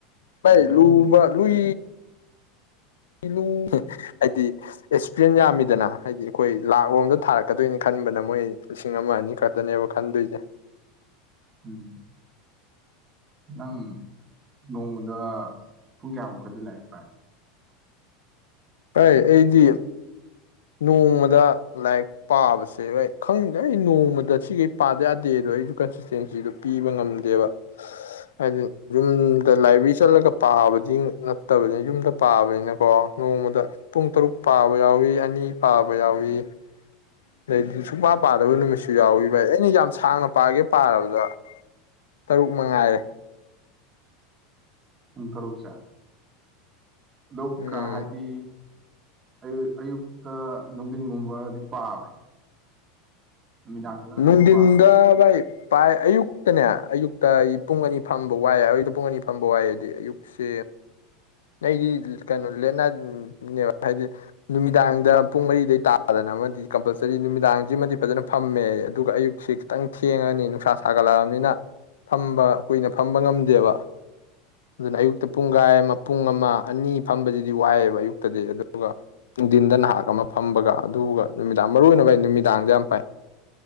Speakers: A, on the left; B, on the right.
A: ꯄꯥꯏ
B: ꯅꯪ
A: ꯂꯨꯚ ꯂꯨꯏ ꯨ ꯍꯥꯏꯗꯤ ꯑꯦꯛꯁꯄꯤꯔꯤꯟ ꯌꯥꯝꯃꯤꯗꯅ ꯍꯥꯏꯗꯤ ꯑꯩꯈꯣꯏ ꯂꯥꯛ ꯔꯣꯝꯗ ꯊꯥꯔꯛꯀꯗꯣꯏꯅꯤ ꯈꯟꯕꯅ ꯃꯣꯏ ꯂꯤꯁꯤꯡ ꯑꯃ ꯑꯅꯤ ꯈꯛꯇꯅꯦꯕ ꯈꯟꯗꯣꯏꯖꯦ
B: ꯎꯝ ꯅꯪ ꯅꯣꯡꯃꯗ ꯄꯨꯡ ꯀꯌꯥꯃꯨꯛꯀꯗꯤ ꯂꯥꯏꯔꯤꯛ ꯄꯥꯏ
A: ꯍꯏ ꯑꯩꯗꯤ ꯅꯣꯡꯃꯗ ꯂꯥꯏꯔꯤꯛ ꯄꯥꯕꯁꯦ ꯚꯥꯏ ꯈꯪꯗꯦ ꯑꯩ ꯅꯣꯡꯃꯗ ꯁꯤꯈꯩ ꯄꯥꯗ ꯌꯥꯗꯦꯗꯣ ꯑꯩꯁꯨ ꯀꯟꯁꯤꯁꯇꯦꯟꯁꯤꯗꯣ ꯄꯤꯕ ꯉꯝꯗꯦꯕ ꯑꯗꯨ ꯌꯨꯝ ꯑꯗ ꯂꯥꯏꯕ꯭ꯔꯤ ꯆꯠꯂꯒ ꯄꯥꯕꯗꯤ ꯅꯠꯇꯕꯅꯤꯅ ꯌꯨꯝꯗ ꯄꯥꯕꯅꯤꯅꯀꯣ ꯅꯣꯡꯃ__ ꯗ ꯄꯨꯡ ꯇꯔꯨꯛ ꯄꯥꯕ ꯌꯥꯎꯏ ꯑꯅꯤ ꯄꯥꯕ ꯌꯥꯎꯏ ꯂꯩꯗꯤ ꯁꯨꯛꯄꯥ ꯄꯥꯗꯕ ꯅꯨꯃꯤꯠꯁꯤ ꯁꯨ ꯌꯥꯎꯏꯤ ꯚꯥꯏ ꯑꯩꯅ ꯌꯥꯝ ꯁꯥꯡꯅ ꯄꯥꯒꯦ ꯄꯥꯔꯕꯗ ꯇꯔꯨꯛ ꯃꯉꯥꯏꯔꯦ
B: ꯄꯨꯡ ꯇꯔꯨꯛꯁꯦ ꯑꯗꯣꯛ
A: ꯎꯝ
B: ꯀ ꯍꯥꯏꯗꯤ ꯑ ꯑꯌꯨꯛꯇ ꯅꯨꯡꯊꯤꯟꯒꯨꯝꯕꯗꯤ ꯄꯥꯕ꯭ꯔꯥ ꯅꯨꯃꯤꯗꯥꯡꯗꯅ ꯑꯅꯝꯕ
A: ꯅꯨꯡꯗꯤꯟꯗ
B: ꯄꯥꯕ꯭ꯔꯥ
A: ꯚꯏ ꯄꯥꯏ ꯑꯌꯨꯛꯇꯅꯦ ꯑꯌꯨꯛꯇ ꯑꯩ ꯄꯨꯡ ꯑꯅꯤ ꯐꯝꯕ ꯋꯥꯏ ꯑꯌꯨꯛꯇ ꯄꯨꯡ ꯑꯅꯤ ꯐꯝꯕ ꯋꯥꯏꯑꯗꯤ ꯑꯌꯨꯛꯁꯦ ꯑꯩꯒꯤ ꯀꯩꯅꯣ ꯂꯦꯠꯅꯥꯏꯠꯅꯦꯕ ꯍꯥꯏꯗꯤ ꯅꯨꯃꯤꯗꯥꯡꯗ ꯄꯨꯡ ꯃꯔꯤꯗꯩ ꯇꯥꯗꯅ ꯑꯃꯗꯤ ꯀꯝꯄꯜꯁꯔꯤ ꯅꯨꯃꯤꯗꯥꯡ <unintelligible> ꯃꯗꯤ ꯐꯖꯅ ꯐꯝꯃꯦ ꯑꯗꯨꯒ ꯑꯌꯨꯛꯁꯤ ꯈꯤꯇꯪ ꯊꯦꯡꯉꯅꯤ ꯅꯨꯡꯁꯥ ꯁꯥꯒꯠꯂꯛꯑꯃꯤꯅ ꯐꯝꯕ ꯀꯨꯏꯅ ꯐꯝꯕ ꯉꯝꯗꯦꯕ ꯑꯗꯨꯅ ꯑꯌꯨꯛꯇ ꯄꯨꯡ ꯀꯥꯏ ꯄꯨꯡ ꯑꯃ ꯑꯅꯤ ꯐꯝꯕꯁꯤꯗꯤ ꯋꯥꯏꯑꯦꯕ ꯑꯌꯨꯛꯇꯗꯤ ꯑꯗꯨꯒ ꯅꯨꯡꯊꯤꯟꯗ ꯅꯍꯥꯛ ꯑꯃ ꯐꯝꯕꯒ ꯑꯗꯨꯒ ꯅꯨꯃꯤꯗꯥꯡ ꯃꯔꯨꯑꯣꯢꯅ ꯚꯥꯏ ꯗꯥꯥꯡꯍꯦ ꯌꯝ ꯄꯥꯏ